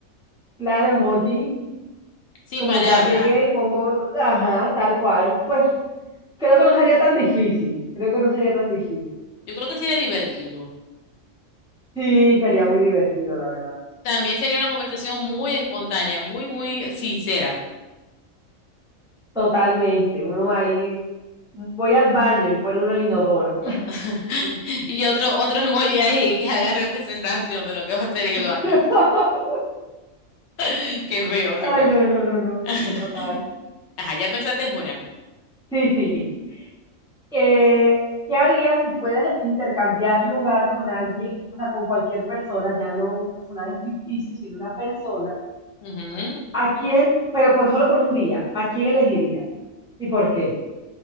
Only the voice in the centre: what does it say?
Claro, emoji,
como
ya llegué y pongo, ajá, tal cual, pues creo que no sería tan difícil, creo que no sería tan difícil.
Sí, sería muy divertido, la verdad.
Totalmente, uno va ahí, voy al baño y pone uno el inodoro.
<laughs>
Ay,
no, no, no, no,
sí, total.
Sí, sí. Eh, ¿qué harías si puedes intercambiar lugar con alguien, o sea, con cualquier persona, ya no un personaje ficticio, sino una persona?
¿A quién, pero por solo por un día, a quién elegirías? ¿Y por qué?